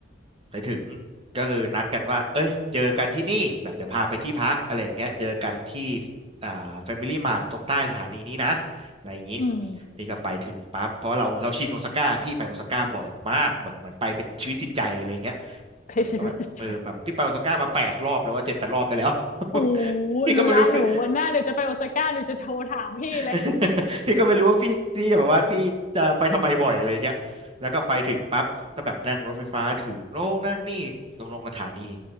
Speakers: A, on the right; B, on the left.
A: ไปถึงก็คือนัดกันว่าเอ้ยเจอกันที่นี่แบบเดี๋ยวพาไปที่พักอะไรอย่างเงี้ยเจอกันที่อ่า Family Mart ตรงใต้สถานีนี้นะอะไรอย่างงี้
B: อืม
A: นี่ก็ไปถึงปั๊บเพราะว่าเราเราชินโอซาก้าพี่ไปโอซาก้าบ่อยมากแบบเหมือนไปเป็นชีวิตจิตใจอะไรอย่างเงี้ย
B: เพชีวิตจิตใจ
A: แบบว่าเออแบบพี่ไปโอซาก้ามาแปดรอบแล้วว่าเจ็ดแปดรอบได้แล้ว
B: โอ้
A: <laughs> พี่ก็ไม่รู้พี่
B: รู้ละหนูวันหน้าเดี๋ยวจะไปโอซาก้าหนูจะโทรถามพี่เลย
A: <laughs> พี่ก็ไม่รู้ว่าพี่พี่แบบว่าพี่จะไปทำไมบ่อยอะไรอย่างเงี้ยแล้วก็ไปถึงปั๊บก็แบบนั่งรถไฟฟ้าถึงโน่นนั่งนี่ลงลงสถานี